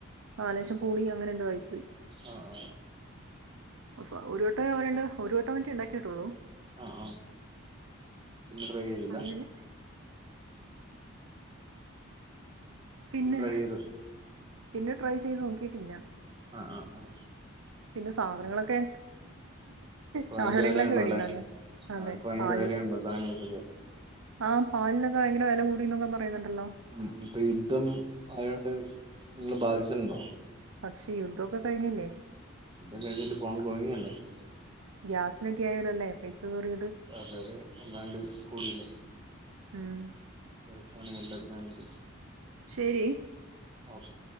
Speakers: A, on the right (about 75°); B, on the right (about 25°).
A: ആഹ് ലേശം പുളി അങ്ങനെ എന്തോ ആയിപ്പോയി.
B: ആഹ് ആഹ്
A: അ ഒരു വട്ടെ അവരണ്ട് ഒരു വട്ടം വറ്റി ഉണ്ടാക്കിയിട്ടുള്ളു
B: ആഹ്ആഹ് പിന്നെ ട്രൈ ചെയ്തില്ല
A: അങ്ങനെ പിന്നെ
B: ട്രൈ ചെയ്ത്
A: പിന്നെ ട്രൈ ചെയ്ത് നോക്കിയിട്ടില്ല
B: ആഹ് ആഹ് ആഹ്
A: പിന്നെ സാധനങ്ങളൊക്കെ
B: ഇപ്പൊ
A: സാധനങ്ങളൊക്കെ
B: ഭയങ്കര വിലയാണല്ലോ
A: മേടിക്കണല്ലോ
B: അല്ലെ
A: അതെ
B: ആ ഇപ്പൊ ഭയങ്കര
A: പാല്
B: വിലയാണല്ലോ സാധനങ്ങൾക്കൊക്കെ
A: ആഹ് പാലിനൊക്കെ ഭയങ്കര വെല കൂടി എന്നൊക്കെ പറയുന്നുണ്ടല്ലോ
B: ഉം ഇപ്പൊ യുദ്ധം ആയോണ്ട് നിങ്ങള് ബാധിച്ചിണ് ണ്ടോ
A: പക്ഷേ യുദ്ധക്കെ കഴിഞ്ഞില്ലേ
B: യുദ്ധംകഴിഞ്ഞിട്ട് <unintelligible>
A: ഗ്യാസിനൊക്കെ ആയാലോല്ലേ പൈസ കേറിയത്
B: അതെതെ വല്ലാണ്ട് കൂടിയിലേ
A: ഉം
B: ഗ്യാസിനാണെങ്കിലും എല്ലാതിനാണെങ്കിലും
A: ശെരി
B: ഓക്കെ